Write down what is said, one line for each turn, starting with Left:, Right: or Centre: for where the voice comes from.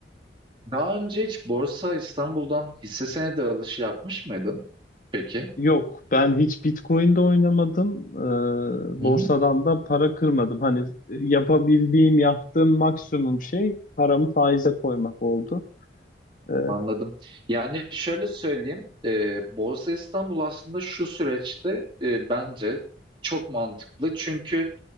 Right: Daha önce hiç Borsa İstanbul'dan hisse senedi alışı yapmış mıydın? Peki.
Left: Yok, ben hiç Bitcoin'de oynamadım. E,
Right: Hı
Left: borsadan
Right: hı.
Left: da para kırmadım. Hani yapabildiğim, yaptığım maksimum şey paramı faize koymak oldu. E,
Right: Anladım. Yani şöyle söyleyeyim, e, Borsa İstanbul aslında şu süreçte e, bence çok mantıklı. Çünkü